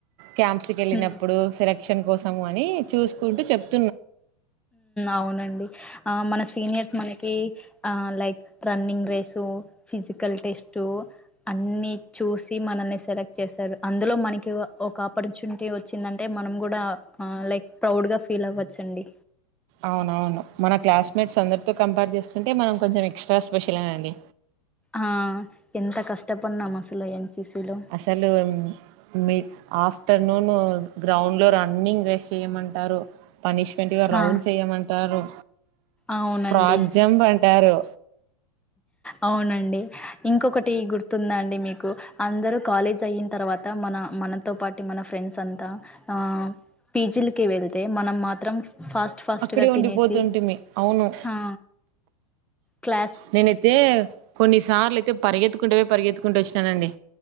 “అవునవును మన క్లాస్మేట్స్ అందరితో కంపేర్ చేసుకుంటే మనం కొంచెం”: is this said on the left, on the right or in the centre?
Right